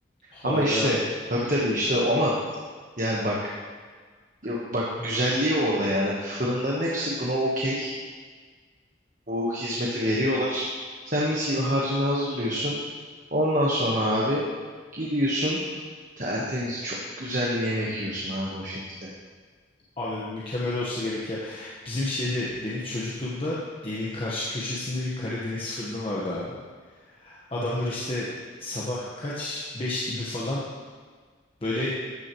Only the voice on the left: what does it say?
Hayda.
Abi mükemmel olsa gerek ya. Bizim şeyde benim çocukluğumda evin karşı köşesinde bir Karadeniz fırını vardı abi. Adamlar işte sabah kaç? Beş gibi falan böyle